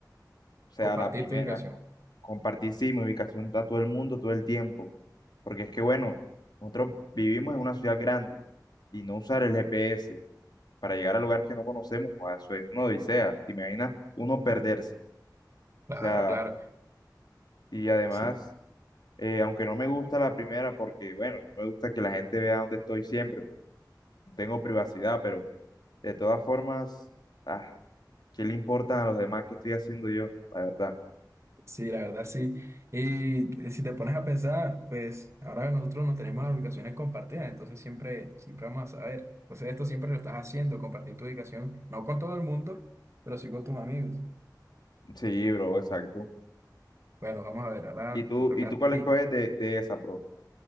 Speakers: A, on the left; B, on the right.
A: o sea,
B: Compartir
A: la primera,
B: tu ubicación.
A: com- compartir sí mi ubicación a todo el mundo todo el tiempo. Porque es que, bueno, nosotros vivimos en una ciudad grande y no usar el GPS para llegar a lugares que no conocemos, joda, eso es una odisea. ¿Te imaginas uno perderse? O
B: Claro,
A: sea.
B: claro.
A: Y además,
B: Sí.
A: eh, aunque no me gusta la primera, porque bueno, no me gusta que la gente vea dónde estoy siempre, porque no tengo privacidad, pero de todas formas, ah, ¿qué le importa a los demás qué estoy haciendo yo? La verdad.
B: Sí, la verdad sí. Y eh, si te pones a pensar, pues ahora nosotros no tenemos las ubicaciones compartidas, entonces siempre, siempre vamos a saber. Entonces esto siempre lo estás haciendo, compartir tu ubicación, no con todo el mundo, pero sí con tus amigos.
A: Sí, bro, exacto.
B: Bueno, vamos a ver, ahora
A: ¿Y tú,
B: te toca
A: y tú
B: a
A: cuál
B: ti.
A: escoges de, de esa, bro?